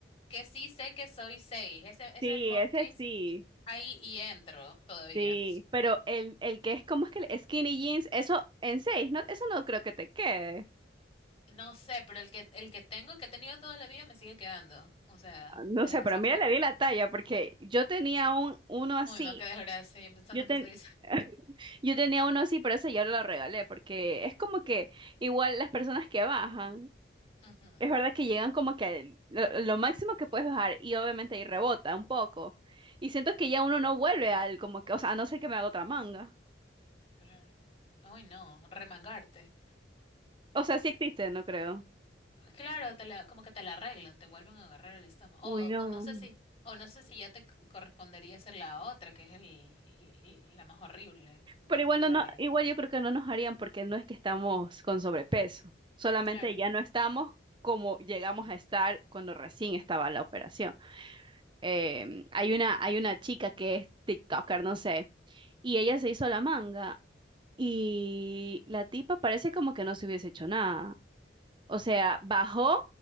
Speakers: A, on the left; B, on the right.
A: que sí sé que soy seis. Ese, ese
B: Sí,
A: mom
B: ese
A: jeans
B: sí,
A: ahí y entro todavía.
B: sí. Pero el, el que es como es que el skinny jeans, eso en seis, no, eso no creo que te quede.
A: No sé, pero el que, el que tengo, que he tenido toda la vida, me sigue quedando. O sea,
B: Ah, No
A: desde
B: sé,
A: que
B: pero
A: soy
B: mira,
A: flaca.
B: le vi la talla, porque yo tenía un, uno así.
A: Uy, no, qué desgracia, yo pensando
B: Yo,
A: que
B: ten,
A: soy.
B: <laughs> yo tenía uno así, pero ese yo lo regalé, porque es como que igual las personas que bajan.
A: <laughs> Ujú,
B: Es verdad que llegan como que al- lo, lo máximo que puedes bajar y obviamente ahí rebota un poco. Y siento que ya uno no vuelve al como que, o sea, a no ser que me haga otra manga.
A: claro. Uy, no, remangarte.
B: O sea, sí existe, no creo.
A: Claro, te la, como que te la arreglan, te vuelven a agarrar el estómago.
B: Uy, no.
A: O, o no sé si, o no sé si ya te co- correspondería hacer la otra, que es el, el- la más horrible. Mm,
B: Pero igual
A: Yo no
B: no,
A: me
B: no-
A: haría.
B: igual yo creo que no nos harían porque no es que estamos con sobrepeso. Solamente
A: Claro.
B: ya no estamos como llegamos a estar cuando recién estaba la operación. Em, hay una, hay una chica que es TikToker, no sé, y ella se hizo la manga. Y la tipa parece como que no se hubiese hecho nada. O sea, bajó,